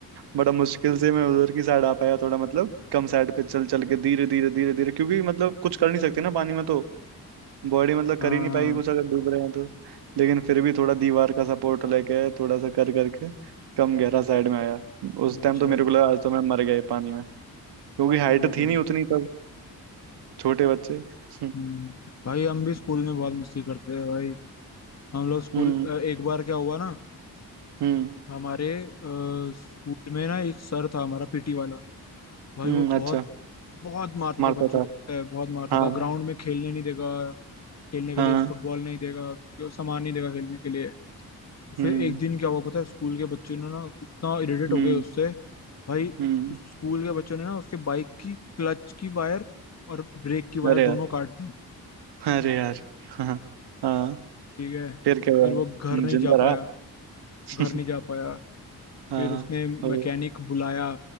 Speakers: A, on the right; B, on the left.
A: बड़ा मुश्किल से मैं उधर की साइड आ पाया थोड़ा मतलब कम साइड पे चल चल के धीरे धीरे धीरे धीरे क्योंकि मतलब कुछ कर नहीं सकते ना पानी में तो बॉडी मतलब
B: हाँ
A: कर ही नहीं पाएगी कुछ अगर डूब रहे हैं तो लेकिन फिर भी थोड़ा दीवार का सपोर्ट लेके थोड़ा सा कर करके कम गहरा साइड में आया उस
B: हाँ।
A: टाइम
B: अच्छा
A: तो मेरे को लगा आज तो मैं मर गया ये पानी में क्योंकि हाइट
B: वो
A: थी
B: भाई
A: नहीं उतनी तब छोटे बच्चे हम्म
B: हम्म भाई हम भी स्कूल में बहुत मस्ती करते थे भाई हम लोग स्कूल
A: हम्म
B: अ, एक बार क्या हुआ ना
A: हम्म
B: हमारे अ, स्कूल में ना एक सर था हमारा पीटी वाला भाई
A: हम्म,
B: वो
A: अच्छा
B: बहुत बहुत मारता
A: मारता
B: था बच्चों
A: था
B: को पता है बहुत मारता
A: हाँ
B: था ग्राउंड में खेलने नहीं देगा खेलने के
A: हाँ
B: लिए फुटबॉल नहीं देगा क्यों सामान नहीं देगा खेलने के लिए तो
A: हम्म
B: फिर एक दिन क्या हुआ पता है स्कूल के बच्चे ने ना इतना इरिटेट
A: हम्म
B: हो गए उससे भाई
A: हम्म
B: स्कूल के बच्चों ने ना उसके बाइक की क्लच की वायर और ब्रेक की वायर
A: अरे
B: दोनों
A: यार
B: काट दी
A: अरे यार हाँ हाँ
B: ठीक है
A: फिर क्या हुआ
B: फिर
A: हम्म,
B: वो घर नहीं
A: जिंदा
B: जा पाया
A: रहा <laughs>
B: घर नहीं जा पाया
A: हाँ
B: फिर उसने
A: ओ,
B: मैकेनिक बुलाया